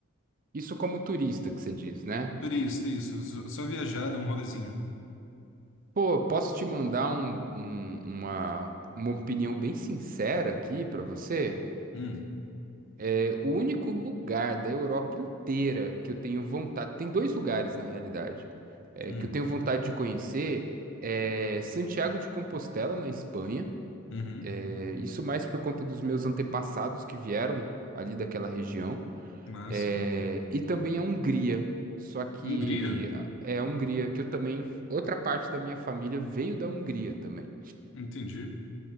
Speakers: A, on the right; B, on the left.
A: Isso como turista que você diz, né?
B: Turista, isso. Só, só viajar, dar um rolezinho.
A: Pô, posso te mandar um- um- uma, uma opinião bem sincera aqui pra você?
B: Hum,
A: É, o único lugar da Europa inteira que eu tenho vontade. Tem dois lugares, na realidade, é,
B: hum,
A: que eu tenho vontade de conhecer. É Santiago de Compostela, na Espanha.
B: uhum,
A: É, isso mais por conta dos meus antepassados que vieram ali daquela região.
B: massa.
A: É, e também a Hungria. Só que
B: Hungria?
A: a- é a Hungria que eu também. Outra parte da minha família veio da Hungria também.
B: Entendi.